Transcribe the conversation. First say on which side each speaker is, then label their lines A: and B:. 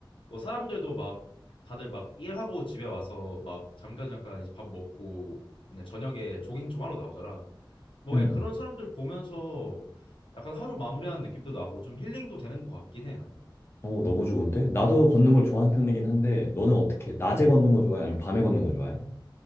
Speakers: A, on the left; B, on the left.
A: 뭐 사람들도 막 다들 막 일하고 집에 와서 막 잠깐 잠깐 이제 밥 먹고 그냥 저녁에 조깅 좀 하러 나오잖아. 뭐
B: 음.
A: 그냥 그런 사람들 보면서 약간 하루 마무리하는 느낌도 나고 좀 힐링도 되는 것 같긴 해, 나는.
B: 어, 너무 좋은데? 나도 걷는 걸 좋아하는 편이긴 한데, 너는 어떻게, 해? 낮에 걷는 거 좋아해? 아니면 밤에 걷는 거 좋아해?